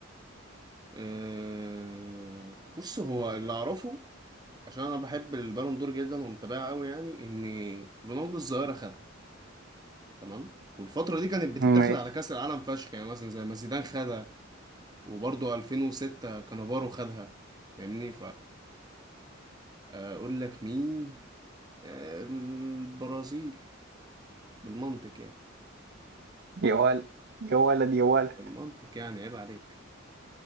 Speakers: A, on the right (about 20°); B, on the right (about 55°).
A: أه... بص هو اللي أعرفه عشان أنا بحب البالون دور جدا ومتابعه قوي يعني إن رونالدو الظاهرة خدها تمام والفترة دي كانت بتتاخد
B: ماشي
A: على كأس العالم فشخ يعني مثلا زي ما زيدان خدها وبرضه 2006 كانافارو خدها فاهمني فأقول لك مين آه، البرازيل بالمنطق يعني
B: يا ولد يا ولد يا ولد
A: بالمنطق يعني عيب عليك